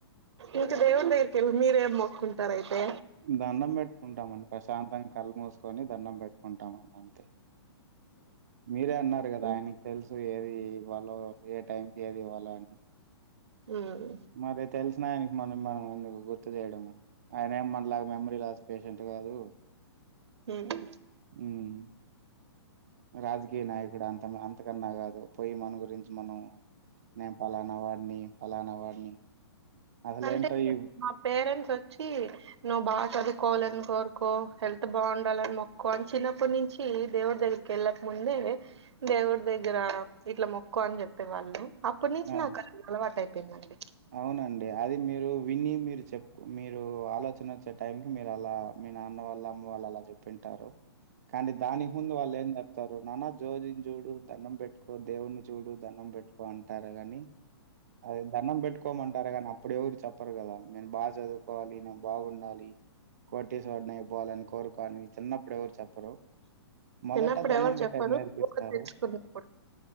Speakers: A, on the right; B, on the right.
A: ఇంక దేవుడ్ దగగిర్కెల్ మీరేం మొక్కుంటారయితే
B: దండం పెట్టుకుంటామండి ప్రశాంతంగ కళ్ళు మూసుకొని దండం పెట్టుకుంటాం అన్ మీరే అన్నారు గదా
A: ఉమ్
B: ఆయనక్ తెలుసు ఏది ఇవ్వాలో ఏ టైంకిి ఏది ఇవ్వాలో అని
A: హ్మ్
B: మరి తెలిసిన ఆయనికి మనం మనం ఎందుకు గుర్తు జేయడము ఆయన ఏ మన లాగా మెమరీ లాస్ పేషెంట్ గాదు
A: తెలీ
B: హ్మ్ రాజకీయ నాయకుడు అంతం అంతకన్నా కాదు పోయి మన గురించి మనం నేను పలానా వాడిని ఫలానా వాడిని అసలు
A: అంటే
B: ఏంటో ఈ
A: మా పేరెంట్స్ ఓచ్చి నువ్వు బాగా చదువుకోవాలని కోరుకో హెల్త్ బాగుండాలని మొక్కో అని చిన్నప్పటి నుంచి దేవుడు దగ్గర్ కెళ్ళక ముందు దేవుడి దగ్గర ఇట్లా మొక్కుకో అని జెప్పే వాళ్ళు అప్పడ్ నుంచి
B: ఆ,
A: నాకు అది అలవాటయిపోయిందండి
B: అవునండి అది మీరు విని మీరు చెప్ మీరు ఆలోచన ఒచ్చే టైం కి మీరలా మీ నాన్న వాళ్ళ అమ్మ వాళ్ళు అలా చెప్పింటారు కానీ దానికి ముందు వాళ్ళు ఏం జెప్తారు నానా జోజిన్ జూడు దండం పెట్టుకో దేవుణ్ని చూడు దనం పెట్టుకో అంటారు గాని అదే దనం పెట్ కోమంటారూ గానీ అప్పుడు ఎవరు చెప్పరు గదా నేను బాగా చదువుకోవాలి నేన్ బాగుండాలి <unintelligible> అయిపోవాలని కోరుకోని చిన్నప్పుడు ఎవరు చెప్పరు మొదట
A: చిన్నప్పుడు
B: దన్నం
A: ఎవరు
B: పెట్టేది
A: చెప్పరు
B: నేర్పిస్తారు
A: తెలుసుకున్నప్పుడు